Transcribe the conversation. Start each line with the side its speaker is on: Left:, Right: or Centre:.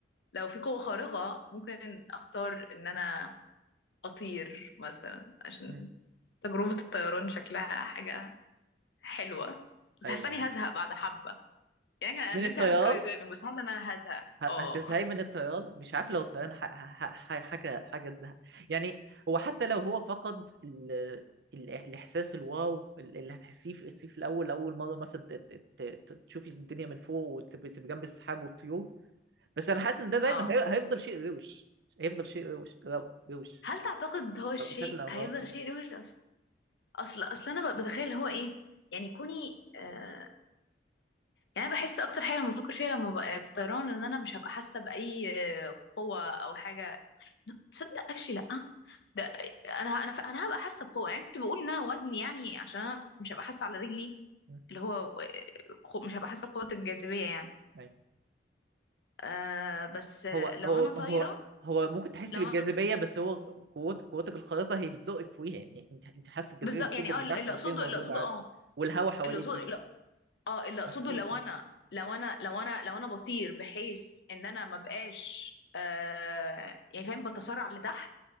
Left: لو في قوة خارقة ممكن اختار ان انا اطير مثلا عشان
Right: مم.
Left: تجربة الطيران شكلها حاجة حلوة بس
Right: ايوه
Left: حاسة اني
Right: أيوة.
Left: هزهق بعد حبة يعني كان انا
Right: من الطيران
Left: نفسي اعمل سكاي دايفنج بس حاسة ان انا هزهق
Right: ه-
Left: اه
Right: هتزهقي من الطيران مش عارف لو الطيران ح... ح... ح... حاجه حاجه تزهق يعني هو حتى لو هو فقد ال... ال... الاحساس الواو اللي هتحسيه في... في الاول اول مره مثلا ت... ت... ت... ت- تشوفي الدنيا من فوق وتبقي تبقي جنب السحاب والطيور بس انا حاسس ان ده دايما
Left: اه
Right: هي... هيفضل شيء روش هيفضل شيء روش رو... روش
Left: هل تعتقد هو الشيء
Right: شكل او
Left: هيفضل
Right: باخر
Left: شيء روش اصل اصل اصل انا ب- بتخيل هو ايه يعني كوني آه يعني انا بحس اكتر حاجة لما بفكر فيها لما ببقى في الطيران ان انا مش هبقى حاسة بأي آه، قوة او حاجة تصدق اكشلي لا ده انا انا انا هبقى حاسه بقوه يعني كنت بقول ان انا وزني يعني عشان انا مش هبقى حاسه على رجلي
Right: م.
Left: اللي هو خو- مش هبقى حاسه بقوه الجاذبيه يعني
Right: أيوة.
Left: آه بس
Right: هو
Left: لو
Right: هو
Left: انا طايره
Right: هو هو ممكن تحس
Left: لو
Right: بالجاذبيه
Left: انا
Right: بس هو قوت قوتك الخارقه هي بتزقك فيها يعني انت انت حاسس الجاذبيه
Left: بالظبط
Right: بتشدك
Left: يعني اه
Right: لتحت
Left: اللي
Right: بس
Left: اقصده
Right: هي موجوده
Left: اللي اقصده
Right: عادي
Left: اه
Right: والهواء حواليكي
Left: اللي اقصده لا، اه اللي اقصده
Right: محسوس
Left: لو انا لو انا لو انا لو انا بطير بحيث ان انا ما بقاش آه يعني فاهم بتسارع لتحت